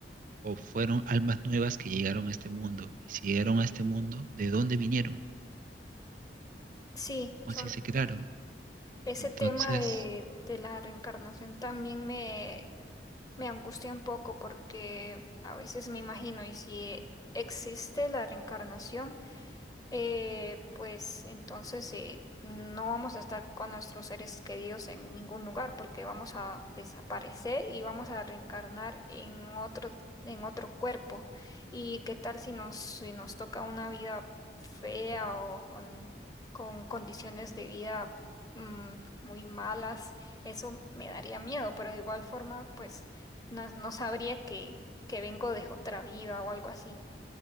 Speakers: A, on the right; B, on the left.
A: o fueron almas nuevas que llegaron a este mundo. Y si llegaron a este mundo, ¿de dónde vinieron?
B: Sí,
A: ¿Cómo
B: son...
A: así se crearon?
B: Ese
A: Entonces,
B: tema de, de la reencarnación también me, me angustia un poco porque a veces me imagino, ¿y si existe la reencarnación? Eh, pues entonces eh, no vamos a estar con nuestros seres queridos en ningún lugar porque vamos a desaparecer y vamos a reencarnar en otro, en otro cuerpo. ¿Y qué tal si nos, si nos toca una vida fea o con, con condiciones de vida mm, muy malas? Eso me daría miedo, pero de igual forma, pues no, no sabría que, que vengo de otra vida o algo así.